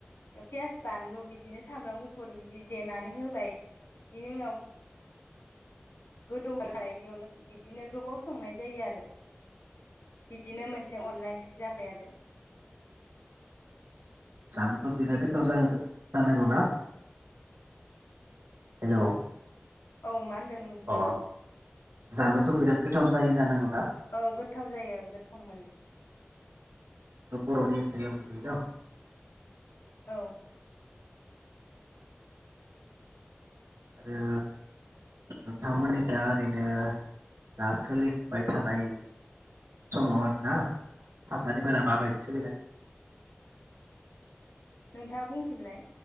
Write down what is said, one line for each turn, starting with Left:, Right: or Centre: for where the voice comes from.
Left: पियास बानलु बिदिनो सामब्राम गुफुर बिदि देनानै होबाय, बिनि उनाव गोदौबालाय बेयावनो बिदिनो गोबाव संनाय जायो आरो बिदिनो मोनसे अनला ओंख्रि जाबाय आरो
Right: जानोथ' बिराद गोथाव जानांगो जानांगौ ना हेलौ
Left: औ मा होनदों नोंथाङा?
Right: अ जानोथ' बिराद गोथाव जायो जानांगौ।
Left: औ गोथाव जायो गोथाव मोनो।
Right: बर'नि ओंख्रिया मोननैन?
Left: औ
Right: आरो नोंथांमोननि जा ओरैनो जा सोलिबाय थानाय समाव आरोना थासारिफोरा
Left: औ
Right: मा बायदि सोलिगासिनो?
Left: नोंथाङा बुंफिनलाय।